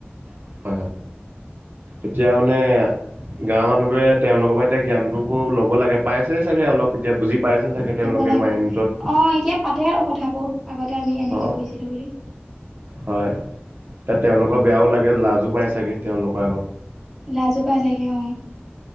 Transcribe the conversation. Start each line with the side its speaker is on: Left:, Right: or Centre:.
Right: হয় হয় এতিয়া মানে গাঁৱৰ মানুহোৰে তেওঁলৰ পৰা এতিয়া জ্ঞানটো ল'ব লাগে পাইছে চাগে অলপ এতিয়া বুজি পাইছে চাগে তেওঁলোকে
Centre: লব লাগে
Right: মাইণ্ডত
Centre: অ' এতিয়া পাতে আৰু কথাবোৰ আগতে। আমি এনেকে
Right: অ,
Centre: কৰিছিলো বুলি
Right: হয়, তেওঁলোক বেয়াও লাগে লাজো পাই চাগে তেওঁলোকৰ আগত।
Centre: লাজোপাাই চাগে অ